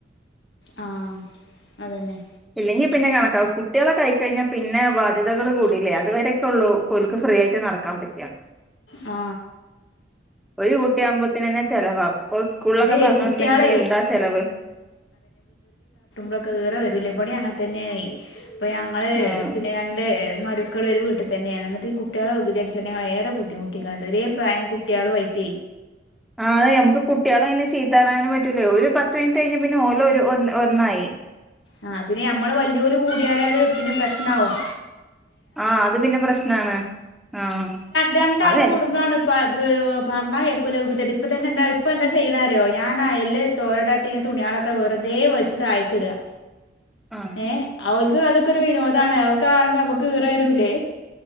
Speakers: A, on the left (about 80°); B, in the centre.
A: ആ അതന്നെ.
B: ഇനി പിന്നെ കണക്ക കുട്ടികളെ ക്കെ ആയി കഴിഞ്ഞാൽ പിന്നെ ബാധ്യതകൾ കൂടല്ലേ? അത് വരെ ഒക്കെ ഉള്ളു. ഓല്ക്ക് ഫ്രീയായിട്ട് നടക്കാൻ പറ്റുക.
A: ആ
B: ഒരുകുട്ടി ആകു ത്തേ തന്നെ ചെലവാ അപ്പൊ സ്കൂളിലൊക്കെ
A: ഇതേ
B: പറഞ്ഞു
A: കുട്ടികളെ
B: വിടണമെങ്കി എന്താ ചെലവ്?
A: ഈ റെ വരൂല്ലേ? ഇവിടെയുംങ്ങനെ തന്നെണ് അപ്പ ഞങ്ങള്
B: ആഹ്
A: പിന്നെ രണ്ട് മരുക്കൾ ഒരു വീട്ടിൽ തന്നെയാണ്. എന്നിട്ട് കുട്ടികളെ വിചാരിച്ചാണ് ഞങ്ങള ഏറെ ബുദ്ധിമുട്ടിക്കുന്നത്. ഒരേ പ്രായം കുട്ടികളുംആയിട്ട്
B: ആ അതെ നമുക്ക് കുട്ടികളെ അങ്ങനെ ചീത്ത പറയാനും പറ്റ് പറ്റൂല. ഒരു പത്ത് മിനിറ്റ് കഴിഞ്ഞ പിന്നെ ഓലോ ഒന്നായി.
A: ആ പിന്നെ ഞമ്മള് വലിയവര് കൂടിയാല് അത് പിന്നെ പ്രശ്നമാവും.
B: ആ അത് പിന്നെ പ്രശ്നാണ്. ആ
A: രണ്ടാൾ
B: അതെ
A: കൂടുമ്പോഴാണ് പറഞ്ഞ കേ കുലവ് ഇപ്പന്നെ എന്താ ഇപ്പ എന്താ ചെയ്യണറിയോ ഞാന അയല് തോരടനിട്ടീ തുണികളൊക്കെ വെറുതെവലിച്ച് താഴെ താഴെക്കിട്ടുക.
B: ആ
A: ഏ അവൾക്ക് അതൊക്കെ ഒരു വിനോദമാണ്. അവക്ക് കാണുമ്പ നമ്മക്ക് ഈ റെ വരുലേ?